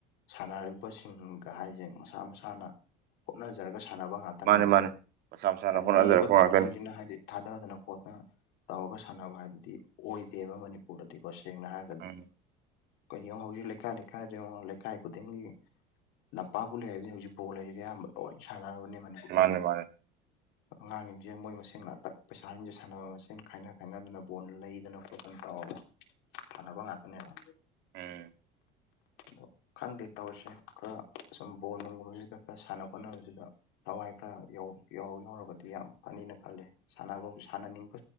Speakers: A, on the left; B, on the right.
A: ꯁꯥꯟꯅꯔꯤꯕꯁꯤꯡꯒ ꯍꯥꯏꯁꯦ ꯃꯁꯥ ꯃꯁꯥꯅ ꯍꯣꯠꯅꯖꯔꯒ ꯁꯥꯟꯅꯕ ꯉꯥꯛꯇꯅꯦꯕ
B: ꯃꯥꯅꯦ ꯃꯥꯅꯦ ꯃꯁꯥ ꯃꯁꯥꯅ ꯍꯣꯠꯅꯖꯔꯛꯄ
A: ꯂꯩꯔꯤꯕ ꯀꯅꯣꯁꯤꯡꯁꯤꯅ
B: ꯉꯥꯛꯇꯅꯤ
A: ꯍꯥꯏꯗꯤ ꯊꯥꯗꯗꯅ ꯈꯣꯠꯇꯅ ꯇꯧꯔꯒ ꯁꯥꯟꯅꯕ ꯍꯥꯏꯕꯗꯤ ꯑꯣꯏꯗꯦꯕ ꯃꯅꯤꯄꯨꯔꯗꯗꯤ ꯕ꯭ꯁ ꯁꯦꯡꯅ ꯍꯥꯏꯔꯒꯗꯤ
B: ꯎꯝ
A: <unintelligible> ꯂꯩꯀꯥꯏ ꯂꯩꯀꯥꯏꯗ ꯌꯦꯡꯉꯣ ꯂꯩꯀꯥꯏ ꯈꯨꯗꯤꯡꯒꯤ ꯂꯝꯄꯥꯛꯄꯨ ꯂꯩꯔꯗꯤ ꯍꯧꯖꯤꯛ ꯕꯣꯜ ꯍꯥꯏꯁꯤꯗꯤ ꯑꯌꯥꯝꯕ ꯂꯣꯏ ꯁꯥꯟꯅꯕꯅꯦ ꯃꯅꯤꯄꯨꯔꯗꯁꯨ
B: ꯃꯥꯅꯦ ꯃꯥꯅꯦ
A: ꯑꯉꯥꯡꯁꯤꯡꯁꯦ ꯃꯣꯏ ꯃꯁꯦꯟ ꯉꯥꯛꯇ ꯄꯩꯁꯥꯁꯤꯡꯁꯦ ꯁꯥꯟꯅꯕ ꯃꯁꯦꯟ ꯈꯥꯏꯅ ꯈꯥꯏꯅꯗꯅ ꯕꯣꯟ ꯂꯩꯗꯅ ꯈꯣꯠꯇꯅ ꯇꯧꯔꯒ ꯁꯥꯟꯅꯕ ꯉꯥꯛꯇꯅꯦꯕ
B: ꯎꯝ
A: ꯑꯗꯣ ꯈꯪꯗꯦ ꯇꯧꯔꯤꯁꯦ ꯈꯔ ꯁꯨꯝ ꯕꯣꯟ ꯅꯨꯡꯒꯨꯝꯕꯁꯤꯗ ꯈꯔ ꯁꯥꯟꯅ ꯈꯣꯠꯅꯕꯁ ꯗ ꯊꯋꯥꯏ ꯈꯔ ꯌꯥꯎ ꯌꯥꯎ ꯌꯥꯎꯔꯒꯗꯤ ꯌꯥꯝ ꯐꯅꯤꯅ ꯈꯜꯂꯦ ꯁꯥꯟꯅꯕꯕꯨ ꯁꯥꯟꯅꯅꯤꯡꯕ